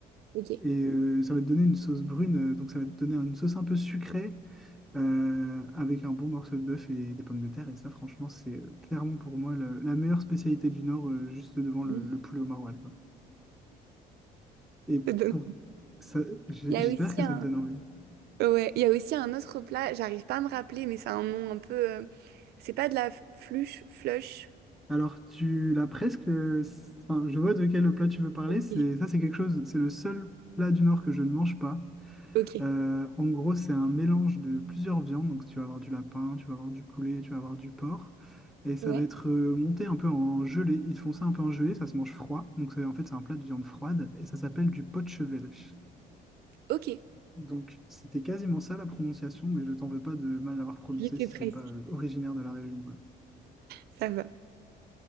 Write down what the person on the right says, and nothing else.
Ok.
Mhm.
Ça donne-
Il y
a aussi
un...
Ouais, il y a aussi un autre plat, j'arrive pas à me rappeler, mais c'est un nom un peu... euh, C'est pas de la f- fluche, flush.
Ok.
Ok.
Ouais.
Ok.
J'y étais
presque.
Ça va.